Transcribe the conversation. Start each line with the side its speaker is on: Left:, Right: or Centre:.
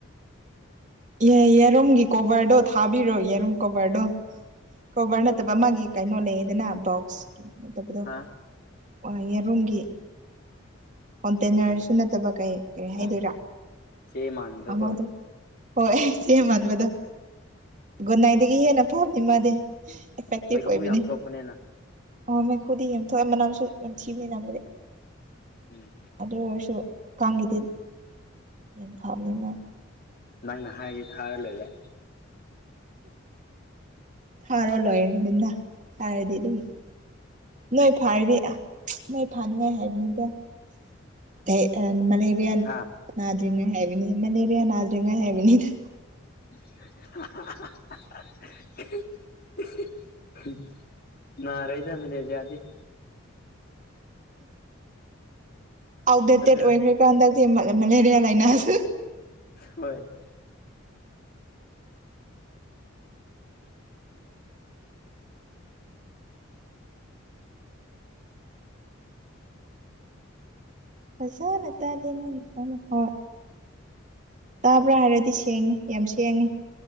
Right: ꯌꯦ ꯌꯦꯔꯨꯝꯒꯤ ꯀꯣꯕꯔꯗꯣ ꯊꯥꯕꯤꯔꯣ ꯌꯦꯔꯨꯝ ꯀꯣꯕꯔꯗꯣ ꯀꯣꯕꯔ ꯅꯠꯇꯕ ꯃꯥꯒꯤ ꯀꯩꯅꯣ ꯂꯩꯌꯦꯗꯅ ꯕꯣꯛꯁ ꯅꯠꯇꯕꯗꯣ
Left: ꯍꯥ
Right: <unintelligible> ꯌꯦꯔꯨꯝꯒꯤ ꯀꯣꯟꯇꯦꯅꯔꯁꯨ
Left: ꯑꯣ
Right: ꯅꯠꯇꯕ ꯀꯩ ꯀꯔꯤ ꯍꯥꯏꯗꯣꯏꯔꯥ
Left: ꯑꯣ ꯆꯦ ꯃꯥꯟꯕꯗꯣꯀꯣ
Right: ꯑꯃꯗꯨ ꯍꯣꯏ ꯆꯦ ꯃꯥꯟꯕꯗꯨ ꯒꯨꯗꯅꯥꯏꯗ ꯒꯤ ꯍꯦꯟꯅ ꯐꯕꯅꯤ ꯃꯥꯗꯤ ꯏꯐꯦꯛꯇꯤꯞ
Left: ꯃꯩꯈꯨ
Right: ꯑꯣꯏꯕꯅꯤ
Left: ꯌꯥꯝ ꯊꯣꯛꯄꯅꯤꯅ
Right: ꯍꯥ ꯃꯩꯈꯨꯗꯤ ꯌꯥꯝ ꯊꯣꯛꯑꯦ ꯃꯅꯥꯝꯁꯨ ꯅꯝꯊꯤꯕꯅꯤ ꯅꯕꯗꯤ
Left: ꯎꯝ
Right: ꯑꯗꯨ ꯑꯣꯏꯔꯁꯨ ꯀꯥꯡꯒꯤꯗꯤ ꯌꯥꯝ ꯐꯕꯅꯤ ꯃꯥ
Left: ꯅꯪꯅ ꯍꯥꯏꯔꯗꯤ ꯊꯥꯔ ꯂꯣꯏꯔꯦ
Right: ꯊꯥꯔꯣ ꯂꯣꯏꯔꯗꯅ ꯊꯥꯔꯗꯤ ꯑꯗꯨꯝ ꯅꯣꯏ ꯐꯥꯔꯅꯤ ꯅꯣꯏ ꯐꯥꯅꯤꯡꯉꯥꯏ ꯍꯥꯏꯕꯅꯤꯗ ꯀꯩ ꯑꯥ ꯃꯦꯂꯦꯔꯤꯌꯥꯟ
Left: ꯍꯥ
Right: ꯅꯥꯗ꯭ꯔꯤꯉꯥꯏ ꯍꯥꯏꯕꯤꯅꯤ ꯃꯂꯦꯔꯤꯌꯥ ꯅꯥꯗ꯭ꯔꯤꯉꯥꯏ ꯍꯥꯏꯕꯅꯤꯗ
Left: <unintelligible> ꯅꯥꯔꯦꯗ ꯃꯦꯂꯦꯔꯤꯌꯥꯗꯤ
Right: ꯑꯥꯎꯠꯗꯦꯇꯦꯠ
Left: ꯑꯗꯨ
Right: ꯑꯣꯏꯈ꯭ꯔꯦꯀꯣ ꯍꯟꯗꯛꯇꯤ ꯃꯥ ꯃꯦꯂꯦꯔꯤꯌꯥ ꯂꯥꯏꯅꯥꯁꯤ
Left: ꯍꯣꯏ
Right: ꯐꯖꯥꯅ ꯇꯥꯗꯦ ꯅꯪ <unintelligible> ꯍꯣꯏ ꯇꯥꯕ꯭ꯔꯥ ꯍꯥꯏꯔꯗꯤ ꯁꯤ ꯁꯦꯡꯉꯦ ꯌꯥꯝ ꯁꯦꯡꯉꯦ